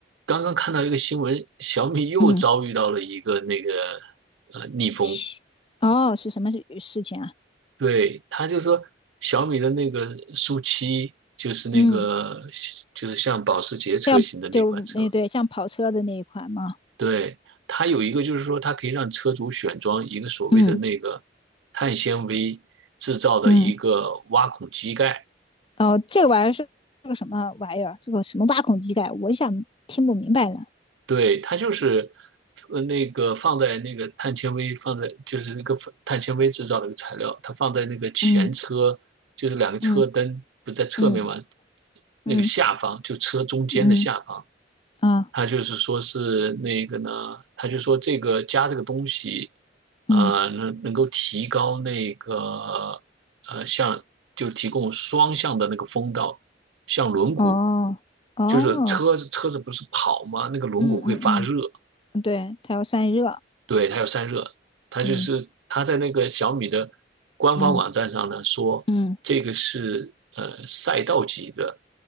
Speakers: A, on the right; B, on the left.
A: 刚刚看到一个新闻，小米又遭遇到了一个那个
B: 嗯，
A: 呃逆风。
B: 西哦，是什么事事情啊？
A: 对，他就说小米的那个苏七，就是那个
B: 嗯，
A: 就是像保时捷车型的那款车，
B: 像就那对像跑车的那一款吗？
A: 对，它有一个就是说它可以让车主选装一个所谓的那个碳纤维制造的一个挖孔机盖。
B: 嗯嗯，哦，这个玩意儿是是个什么玩意儿？这个什么挖孔机盖？我一下听不明白了。
A: 对，它就是，呃，那个放在那个碳纤维放在就是那个碳纤维制造的一个材料，它放在那个前车，
B: 嗯
A: 就是两个车灯不在侧面嘛，
B: 嗯嗯
A: 那个下方就车中间的下方，
B: 嗯嗯啊，
A: 他就是说是那个呢，他就说这个加这个东西，呃，
B: 嗯
A: 能能够提高那个呃像就提供双向的那个风道，像轮毂，
B: 哦哦，
A: 就是车子车子不是跑吗？那个轮毂会发热，
B: 嗯嗯嗯对，它要散热。
A: 对，它有散热，它就是它在那个小米的官方网站上呢说，
B: 嗯，嗯嗯
A: 这个是呃赛道级的